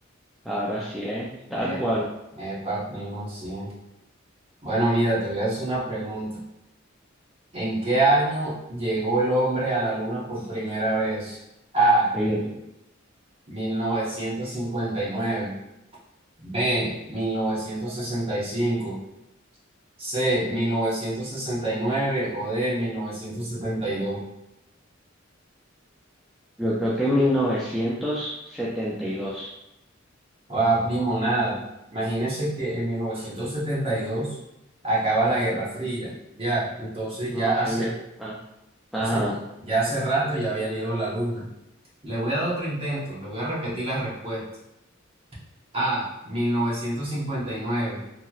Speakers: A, in the centre; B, on the right (about 30°).
A: Ahora sí, ¿eh? Tal
B: Eh,
A: cual.
B: epa, primo, sí. Bueno, mira, te voy a hacer una pregunta. ¿En qué año llegó el hombre a la luna por primera vez? A,
A: Oye,
B: mil novecientos cincuenta y nueve B, mil novecientos sesenta y cinco C, 1969 o D, mil novecientos setenta y dos
A: Yo creo que en mil novecientos setenta y dos
B: Ah, primo, nada. Imagínese que en 1972 acaba la Guerra Fría. Ya, entonces
A: No,
B: ya
A: oye,
B: hace,
A: ah,
B: entonces
A: ajá.
B: ya hace rato ya habían ido a la luna. Le voy a dar otro intento, le voy a repetir las respuestas. A, 1959,